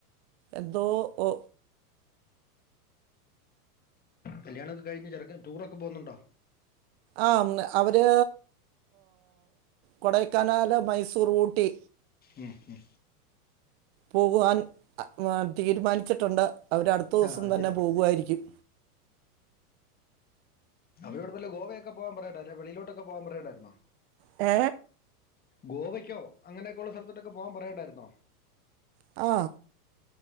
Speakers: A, on the right; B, on the left.
A: എന്തോ ഒ
B: കല്യാണൊക്ക കഴിഞ്ഞ ചെറുക്കൻ ടൂറൊക്ക പോവുന്നുണ്ടോ
A: ആ‌ ഉം അവര് കൊടൈക്കനാല് മൈസൂർ ഊട്ടി
B: ഉം ഉം
A: പോകുവാൻ അ തീരുമാനിച്ചിട്ടുണ്ട് അവര് അടുത്ത ദിവസം
B: ആ അത്
A: തന്നെ
B: ശരി
A: പോകുവായിരിക്കും
B: അവരോട് വല്ല ഗോവയൊക്ക പോവാൻ പറയണ്ടെ അല്ലെ വെളിയിലൊട്ടൊക്കെ പോവാൻ പറയണ്ടായിരുന്നോ
A: ഏ
B: ഗോവക്കോ അങ്ങനെയൊകൊള്ള സ്ഥൽത്തോട്ടൊക്കെ പോവാം പറയണ്ടായിരുന്നോ
A: ആ